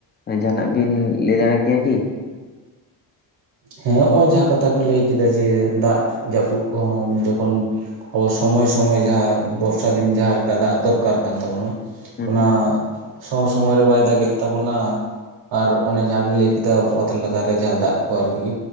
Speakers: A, on the left; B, on the right.
A: ᱡᱟᱦᱟᱸᱱᱟᱜ ᱵᱤᱱ ᱞᱟᱹᱭ ᱫᱟᱲᱮ ᱠᱮᱭᱟ ᱠᱤ?
B: ᱦᱮᱸ ᱦᱚᱜᱚᱭ ᱡᱟᱦᱟᱸ ᱠᱟᱛᱷᱟ ᱵᱤᱱ ᱞᱟᱹᱭ ᱠᱮᱫᱟ ᱡᱮ, ᱫᱟᱜ ᱡᱟᱹᱯᱩᱫ ᱠᱚᱦᱚᱸ ᱡᱚᱠᱷᱚᱱ ᱟᱵᱚ ᱥᱚᱢᱚᱭ ᱥᱚᱢᱚᱭ ᱡᱟᱦᱟᱸ ᱵᱚᱨᱥᱟ ᱫᱤᱱ ᱡᱟᱦᱟᱸ ᱞᱮᱠᱟ ᱫᱟᱜ ᱫᱚᱨᱠᱟᱨ ᱠᱟᱱ ᱛᱟᱵᱚᱱᱟ,
A: ᱦᱮᱸ
B: ᱚᱱᱟ ᱥᱚ ᱥᱚᱢᱚᱭ ᱨᱮ ᱵᱟᱭ ᱫᱟᱜᱮᱜ ᱛᱟᱵᱚᱱᱟ᱾ ᱟᱨ ᱚᱱᱮ ᱡᱟᱦᱟᱸᱵᱤᱱ ᱞᱟᱹᱭ ᱠᱮᱫᱟ ᱚᱛ ᱞᱟᱛᱟᱨ ᱨᱮ ᱡᱟᱦᱟᱸ ᱫᱟᱜ ᱠᱚ ᱟᱨᱠᱤ,